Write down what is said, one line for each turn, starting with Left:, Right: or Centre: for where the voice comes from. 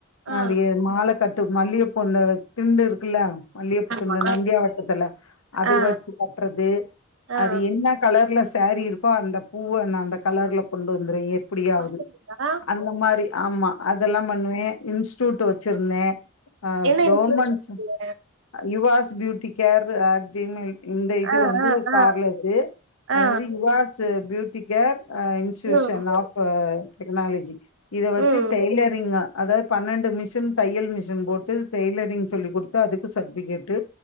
Right: ஆ
Left: அது ஏ மால கட்டு மல்லியப் பூ அந்த திண்டு இரு க்ல்ல மல்லியப்பூ
Right: ஆமா
Left: திண்டு நந்தியா வட்டத்துல அது
Right: ஆ
Left: வச்சு கட்றது
Right: ஆ
Left: அது என்ன கலர்ல சாரீ இருக்கோ அந்த பூவ நா அந்த கலர்ல கொண்டு வந்துருவே எ ப்பிடியாவது
Right: அப்டிங்களா
Left: அந்த மாரி ஆமா அதெல்லா பண்ணுவே இன் சூட்டு வச்சிருந்தே ஆ
Right: என்ன
Left: கவுர்மெண்ட்ஸ்
Right: யூடியூப் வச்சிருக்கீங்க
Left: யுவாஸ் ச் பியூட்டி கேர் அப்டின்னு இந்த இது
Right: ஆ
Left: வந்து
Right: ஆ ஆ
Left: பார்லர்து அது
Right: ஆ
Left: வந்து இவாஸு பியூட்டி கேர் ஆ இன்ஸ்சூஷன்
Right: ம்
Left: ஆஃபு டெக்னாலஜி இத வச்சு
Right: ம்
Left: டெய்லரிங்க அதாவது பன்னெண் இந்த மிஷின் தையல் மிஷின் போட்டு டெய்லரிங் சொல்லி குடுத்து அதுக்கு சர்டிபிகேட்டு